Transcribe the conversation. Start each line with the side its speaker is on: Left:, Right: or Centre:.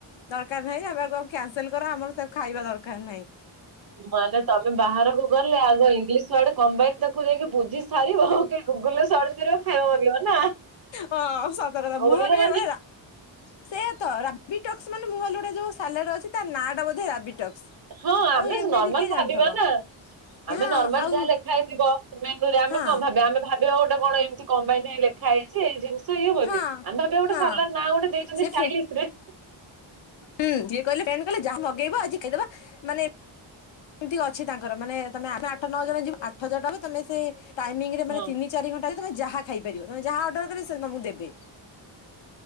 Left: ଦରକାର ନାହିଁ ଆମେଆକୁ ଆଉ କ୍ୟାନସେଲ୍ କର ଆମର ତାକୁ ଖାଇବା ଦରକାର ନାହିଁ।
Right: ମାନେ ତମେ ବାହାରକୁ ଗଲେ ଆଗ ଇଂଲିଶ ୱାର୍ଡ କମ୍ବାଇନ ତାକୁ ଯାଇକି ବୁଝି ସାରିବ। ଗୁଗୁଲ୍ ରେ ସର୍ଚ୍ଚ କରିବ କ୍ଷମା ମାଗିବ ନା।
Left: ହଁ ସତକଥା
Right: ଓଡିଆ
Left: ମୁଁ ଭାବିଲି
Right: ମାନେ
Left: ବୋଧେ ରା ସେଇଆ ତ ରାବିଟକ୍ସ ମାନେ ମୁଁ ଭାଲି ଗୋଟେ ଯୋଉ ସାଲାଟ ଅଛି ତା ନାଁ ଟା ବୋଧେ ରାବିଟକ୍ସ।
Right: ହଁ
Left: ଆଉ
Right: ଆମେ
Left: ଏମିତି
Right: ନର୍ମାଲ
Left: କିଏ ଜାଣିଥବ
Right: ଭାବିବାନା।
Left: ହଁ
Right: ଆମେ ନର୍ମାଲ
Left: ଆଉ
Right: ଯାହା ଲେଖା ହେଇଥିବ ମେନୁରେ ଆମେ
Left: ହଁ
Right: କଣ ଭାବିବା ଆମେ ଭାବିବା ଗୋଟେ କଣ ଏମିତି କମ୍ବାଇନ ଲେ ଖାଇଛି ଏଇ ଜିନିଷ ଇଏ ବୋଲି
Left: ହଁ
Right: ଆମେ ଭାବି ଗୋଟେ
Left: ହଁ
Right: ସାଲାଟ ନାଗୋଟେ ଦେଇଛନ୍ତି
Left: ସେ
Right: ଷ୍ଟାଇଲିଶରେ।
Left: ଫ୍ରେ ହୁଁ ଯିଏ କହିଲେ କହିଲ ଯାହା ମଗେଇବ ଆଜି ଖାଇଦବା ମାନେ ସେମିତି ଅଛି ତାଙ୍କର ମାନେ ତମେ ଆମେ ଆଠ ନଅଜଣ ଯିବୁ ଆଠ ଜଣବି ତମେ ସେଇ ଟାଇମିଙ୍ଗି ରେ
Right: ହଁ
Left: ମାନେ ତିନି ଚାରି ଘଣ୍ଟାରେ ତମେ ଯାହା ଖାଇପାରିବ ତମେ ଯାହା ଅର୍ଡର କରିବ ସେ ତମକୁ ଦେବେ